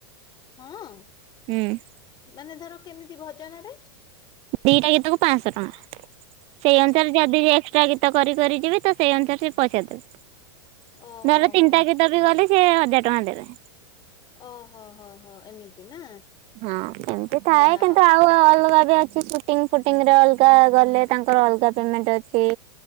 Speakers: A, on the left; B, on the right.
A: ହଁ।
B: ହୁଁ।
A: ମାନେ ଧର କେମିତି ଭଜନରେ?
B: ଦିଇଟା ଗୀତକୁ ପାଂଶ ଟଙ୍କା ସେଇ
A: ଆଚ୍ଛା
B: ଅନୁସାରେ ଯଦି ଏକ୍ସଟ୍ରା ଗୀ ତ କରି କରି ଯିବି ତ ସେଇ ଅନୁସାରେ ସେ ପଇସା ଦେବେ
A: ଓହୋ
B: ଧର ତିନିଟା
A: ହୋ
B: ଗୀ ତ ବି ଗଲେ ସିଏ ହଜାର ଟଙ୍କା ଦେବେ।
A: ଓହୋ ହୋ ହୋ ଏମିତି ନା।
B: ହଁ ଏମତି ଥାଏ
A: ଯା
B: କିନ୍ତୁ ଆଉ ଅଲଗା ବି ଅଛି ସୁ୍ ଟିଙ୍ଗ୍ ଫୁଟିଙ୍ଗରେ ଅଲଗା ଗଲେ ତାଙ୍କର ଅଲଗା ପେମେଣ୍ଟ୍ ଅଛି।